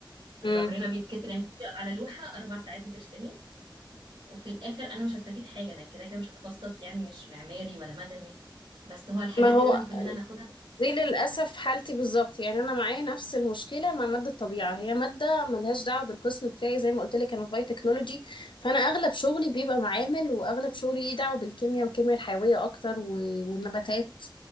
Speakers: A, on the right; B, on the left.
A: كان
B: امم
A: ظهرنا بيتكسر يعني كنت على لوحه اربع ساعات بترسمي وفي الاخر انا مش هستفيد حاجه انا كده كده مش هتخصص يعني مش معماري ولا مدني بس هو الحاجات
B: ما هو
A: دي لازم كلنا ناخدها
B: دي للأسف حالتي بالظبط يعني أنا معايا نفس المشكلة مع مادة الطبيعة هي مادة ملهاش دعوة بالقسم بتاعي زي ما قلت لك أنا في باي تكنولوجي فأنا أغلب شغلي بيبقى معامل وأغلب شغلي ليه دعوة بالكيمياء والكيمياء الحيوية أكتر و... والنباتات